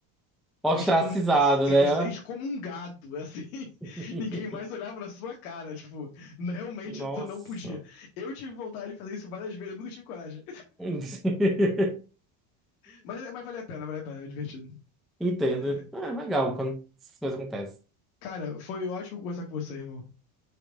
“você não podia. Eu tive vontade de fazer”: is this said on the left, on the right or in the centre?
Left